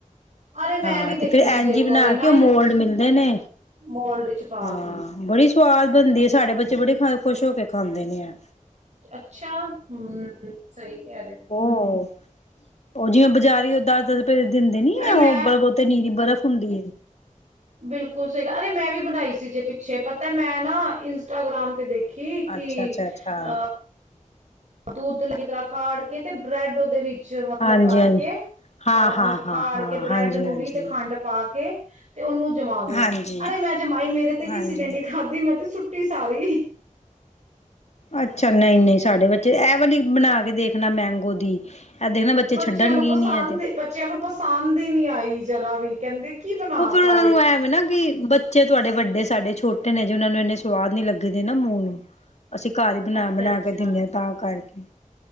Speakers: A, on the right (about 55°); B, on the left (about 55°).
A: ਅਰੇ ਮੈਂ
B: ਹਾਂ
A: ਵੀ
B: ਤੇ
A: ਦੇਖੀ
B: ਫਿਰ
A: ਸੀ
B: ਐਨਜੀੀ
A: ਜੇ ਇੱਕ
B: ਬਣਾ
A: ਵਾਰੀ ਨਾ
B: ਕੇ ਓਹ ਮੋਲਡ ਮਿਲਦੇ ਨੇ
A: ਮੋਲਡ ਚ ਪਾਤੀ।
B: ਹਾਂ ਬੜੀ ਸਵਾਦ ਬਣਦੀ ਹੈ ਸਾਡੇ ਬੱਚੇ ਬੜੇ ਖ ਖੁਸ਼ ਹੋ ਕੇ ਖਾਂਦੇ ਨੇ ਏ
A: ਅੱਛਾ ਹਮ ਸਹੀ ਕਹਿ ਰਹੇ ਹੋ
B: ਉਹ ਉਹ ਜਿਵੇਂ ਬਜਾਰੀ <unintelligible> ਦਿੰਦੇ ਨੀ
A: ਅਰੇ ਮੈਂ
B: ਏ ਓਹ ਬੜਾ ਬਹੁਤੇ ਨੀਰੀ ਬਰਫ਼ ਹੁੰਦੀ ਏ
A: ਬਿਲਕੁਲ ਸਹੀ ਗ ਅਰੇ ਮੈਂ ਵੀ ਬਣਾਈ ਸੀ ਜੇ ਪਿੱਛੇ ਪਤਾ ਮੈਂ ਨਾ ਇੰਸਟਾਗ੍ਰਾਮ ਤੇ ਦੇਖੀ ਕਿ
B: ਅੱਛਾ ਅੱਛਾ ਅੱਛਾ
A: ਅ ਦੁੱਧਲਗੀ ਤਰ੍ਹਾਂ ਕਾੜ ਕੇ ਤੇ ਬ੍ਰੈਡ ਓਹਦੇ ਵਿੱ ਵਿੱਚ ਮਤਲਬ
B: ਹਾਂਜੀ
A: ਕਰਕੇ
B: ਹਾਂਜੀ ਹਾਂ
A: ਅ
B: ਹਾਂ ਹਾਂ
A: ਕਾੜ
B: ਹਾਂ
A: ਕੇ ਬ੍ਰੈਡ
B: ਹਾਂਜੀ
A: ਨੂੰ
B: ਹਾਂਜੀ
A: ਵੀ ਤੇ ਖੰਡ ਪਾ ਕੇ ਤੇ ਉਹਨੂੰ ਜਮਾ ਦੋ
B: ਹਾਂਜੀ
A: ਅਰੇ ਮੈਂ ਜਮਾਈ ਮੇਰੇ ਤੇ ਕਿਸੇ
B: ਹਾਂਜੀ
A: ਨੇ ਨਹੀਂੀ ਖਾਧੀ ਮੈਂ ਤੇ ਸੁੱਟੀ -ਟੀ ਸਾਰੀ
B: ਅੱਛਾ ਨਹੀਂ ਨਹੀਂ ਸਾਡੇ ਬੱਚੇ ਐ ਵਲੀ ਬਣਾ ਕੇ ਦੇਖਣਾ ਮੈਂਗੋ ਦੀ ਦੇਖਣਾ ਬੱਚੇ
A: ਬੱਚੇਆਂ
B: ਛੱਡਣਗੇ
A: ਨੂੰ ਪਸੰਦ,
B: ਹੀ ਨੀ ਇਹ ਤੇ
A: ਬੱਚੇਆਂ ਨੂੰ ਪਸੰਦ ਹੀ ਨੀ ਆਈ ਜਰਾ ਵੀ। ਕਹਿੰਦੇ ਕੀ ਬਣਾ
B: ਓ ਫੇਰ
A: ਤਾ
B: ਓਨਾ ਨੂੰ ਐ ਵੇ ਨਾ ਕਿ ਬੱਚੇ ਤੁਆਡੇ ਵੱਡੇ ਸਾਡੇ ਛੋਟੇ ਨੇ, ਹਜੇ ਓਨਾਂ ਨੂੰ ਏਨੇ ਸਵਾਦ ਨੀ ਲੱਗਦੇ ਨਾ ਮੂੰਹ ਨੂੰ। ਅਸੀਂ ਘਰ ਹੀ ਬਣਾ
A: ਅੱਛਾ-ਅੱਛਾ।
B: ਬਣਾ ਕੇ ਦਿੰਨੇ ਆ ਤਾਂ ਕਰਕੇ।